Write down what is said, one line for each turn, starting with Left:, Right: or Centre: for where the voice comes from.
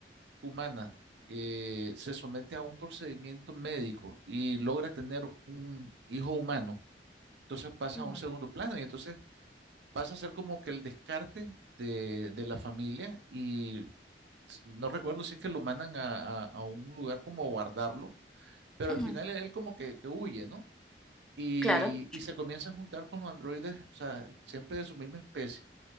Right: humana eh, se somete a un procedimiento médico y logra tener un hijo humano, entonces pasa
Centre: Ujú,
Right: a un segundo plano y entonces pasa a ser como que el descarte de, de la familia y s- no recuerdo si es que lo mandan a, a- a un lugar como a guardarlo, pero
Centre: ujú,
Right: al final él como que, que huye, ¿no? Y,
Centre: Claro,
Right: y se comienza a juntar con los androides, o sea, siempre de su misma especie.